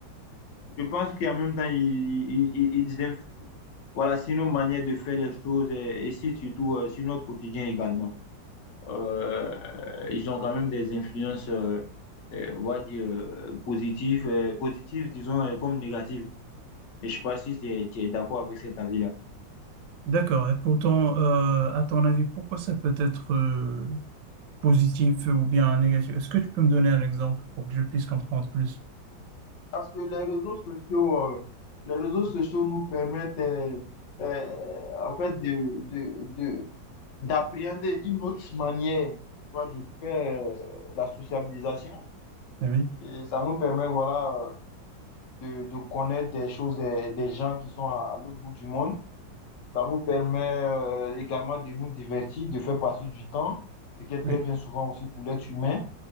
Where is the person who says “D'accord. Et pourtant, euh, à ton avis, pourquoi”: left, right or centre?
Right